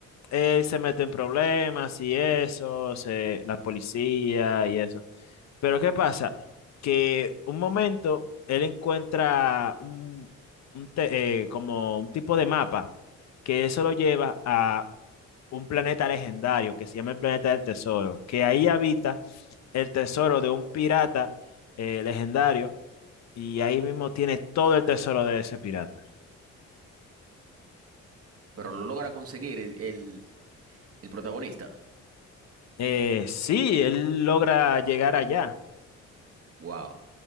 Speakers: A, on the left; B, on the right.
A: él se mete en problemas y eso, se, la policía y eso. Pero ¿qué pasa? Que un momento él encuentra un, un te- eh, como un tipo de mapa que eso lo lleva a un planeta legendario que se llama el planeta del tesoro, que ahí habita el tesoro de un pirata eh, legendario y ahí mismo tiene todo el tesoro de ese pirata.
B: Pero lo logra conseguir el, el- el protagonista.
A: Eh, sí, él logra llegar allá.
B: Wow.